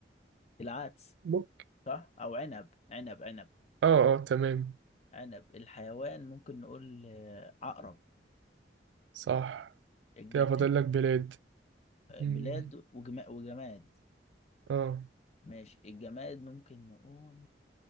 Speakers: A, on the left; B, on the right.
A: العدس
B: بوك
A: صح او عنب عنب عنب
B: اه اه تمام
A: عنب الحيوان ممكن نقول آه، عقرب
B: صح
A: الجماد
B: كده فاضل لك بلاد
A: آه،
B: مم.
A: بلاد وجما- وجماد
B: اه
A: ماشي الجماد ممكن نقول